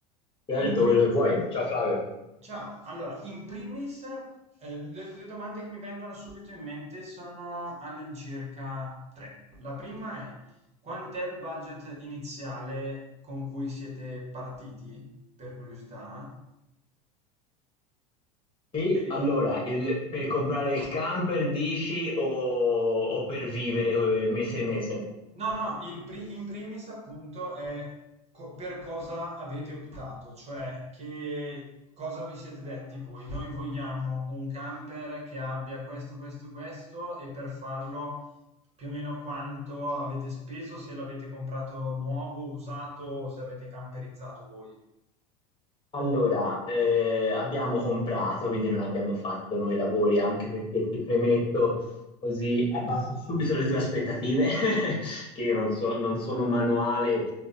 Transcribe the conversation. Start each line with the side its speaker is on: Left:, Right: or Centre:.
Left: Ti ha
Right: In
Left: detto
Right: pri-
Left: quello che vuoi. Ciao Flavio.
Right: Ciao, allora, in primis, eh, le, le domande che mi vengono subito in mente sono all'incirca tre. La prima è, quant'è il budget iniziale con cui siete partiti, per curiosità?
Left: Sì,
Right: Sì.
Left: allora, il- per comprare il camper dici o, o per vivere eh, mese e mese?
Right: No, no, il pri- in primis appunto è co- per cosa avete optato, cioè che cosa vi siete detti voi. Noi vogliamo un camper che abbia questo, questo, questo e per farlo più o meno quanto avete speso, se l'avete comprato nuovo, usato o se avete camperizzato voi.
Left: Allora, eh, abbiamo comprato, quindi non abbiamo fatto noi lavori, anche perché ti premetto così abbasso subito le tue aspettative, <laughs> che io non so, non sono manuale